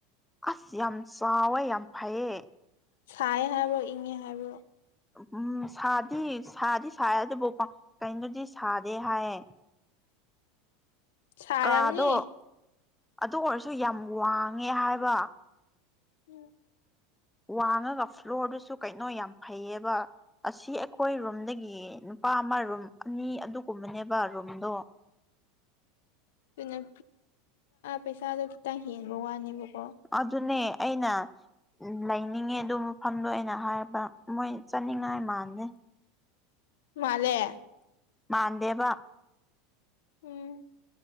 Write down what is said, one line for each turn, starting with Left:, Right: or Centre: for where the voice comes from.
Centre: ꯑꯁ ꯌꯥꯝ ꯆꯥꯎꯋꯦ ꯌꯥꯝ ꯐꯩꯌꯦ
Left: ꯁꯌꯦ ꯍꯥꯏꯕ ꯏꯉ ꯍꯥꯏꯕ
Centre: ꯎꯝ ꯁꯥꯗꯤ ꯁꯥꯗꯤ ꯁꯥꯥꯏ ꯑꯗꯨꯕꯨ ꯀꯩꯅꯣꯗꯤ ꯁꯥꯗꯦ ꯍꯥꯏꯌꯦ
Left: ꯁꯔꯝꯅꯤ
Centre: ꯀꯥꯗꯣ ꯑꯗꯨ ꯑꯣꯏꯔꯁꯨ ꯌꯥꯝ ꯋꯥꯡꯉꯦ ꯍꯥꯏꯕ
Left: ꯎꯝ
Centre: ꯋꯥꯡꯉꯒ ꯐ꯭ꯂꯣꯔꯗꯨꯁꯨ ꯀꯩꯅꯣ ꯌꯥꯝ ꯐꯩꯌꯦꯕ ꯑꯁꯤ ꯑꯩꯈꯣꯏ ꯔꯨꯝꯗꯒꯤ ꯅꯨꯄꯥ ꯑꯃ ꯔꯨꯝ ꯑꯅꯤ ꯑꯗꯨꯒꯨꯝꯕꯅꯦꯕ ꯔꯨꯝꯗꯣ
Left: ꯑꯗꯨꯅꯥ ꯄꯩꯁꯥꯗꯣ ꯈꯤꯇꯪ ꯍꯦꯟꯕ ꯋꯥꯅꯦꯕꯀ
Centre: ꯑꯗꯨꯅꯦ ꯑꯩꯅ ꯎ ꯂꯩꯅꯤꯡꯉꯦ ꯑꯗꯨ ꯃꯐꯝꯗꯣ ꯑꯩꯅ ꯍꯥꯏꯕ ꯃꯣꯏ ꯆꯠꯅꯤꯡꯉꯥꯏ ꯃꯥꯟꯂꯦ
Left: ꯃꯥꯂꯦ
Centre: ꯃꯥꯥꯟꯗꯦꯕ
Left: ꯎꯝ